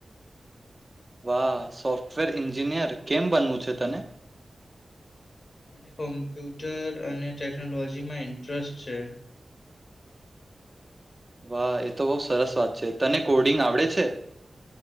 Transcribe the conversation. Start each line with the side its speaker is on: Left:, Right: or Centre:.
Right: વાહ. સોફ્ટવેર એન્જિનિયર કેમ બનવું છે તને?
Left: મને કોમ્પ્યુટર અને ટેકનોલોજીમાં ઇન્ટરેસ્ટ છે.
Right: વાહ, એ તો બો સરસ વાત છે. તને કોડિંગ આવડે છે.